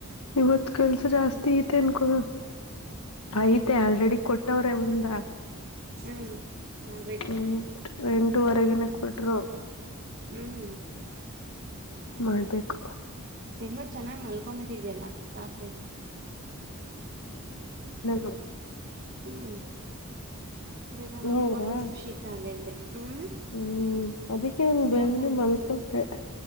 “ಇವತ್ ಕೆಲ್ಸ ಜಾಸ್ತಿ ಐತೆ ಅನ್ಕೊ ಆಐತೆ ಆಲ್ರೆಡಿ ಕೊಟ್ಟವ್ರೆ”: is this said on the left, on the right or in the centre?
Left